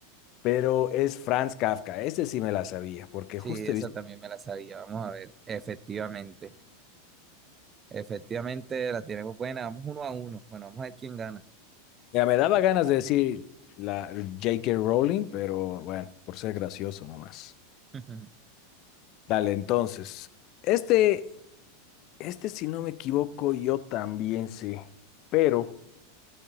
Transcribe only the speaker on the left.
Pero es Franz Kafka. Este sí me la sabía, porque
justo
he visto.
Ya me daba ganas de decir la J.K. Rowling, pero bueno, por ser gracioso nomás.
Dale, entonces. Este. Este, si no me equivoco, yo también sé. Pero,